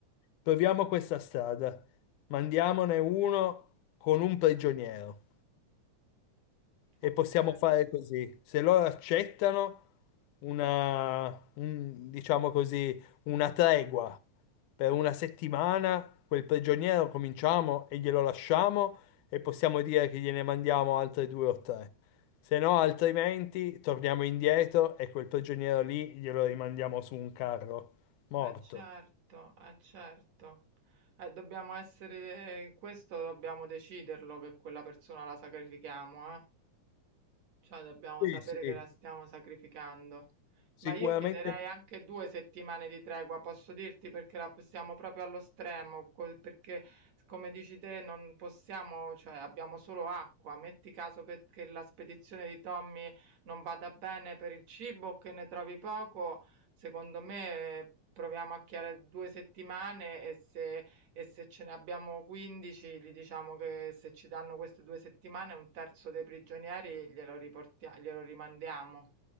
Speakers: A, on the left; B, on the right.
A: Proviamo questa strada, mandiamone uno con un prigioniero e
B: Ok.
A: possiamo fare così. Se loro accettano una, un- diciamo così, una tregua per una settimana, quel prigioniero cominciamo e glielo lasciamo e possiamo dire che gliene mandiamo altri due o tre. Se no, altrimenti torniamo indietro e quel prigioniero lì glielo rimandiamo su un carro morto.
B: Eh certo, eh certo. Eh, dobbiamo essere, questo dobbiamo deciderlo che quella persona la sacrifichiamo, eh. Cioè dobbiamo
A: Sì,
B: sapere
A: sì,
B: che la stiamo sacrificando.
A: sicuramente
B: Ma io chiederei anche due settimane di tregua, posso dirti, perché la possiamo proprio allo stremo, co- perché come dici te non possiamo, cioè abbiamo solo acqua. Metti caso che, che la spedizione di Tommy non vada bene per il cibo, che ne trovi poco. Secondo me proviamo a chiare 2 settimane e se e se ce ne abbiamo 15 gli diciamo che se ci danno queste 2 settimane un terzo dei prigionieri glielo riportia glielo rimandiamo.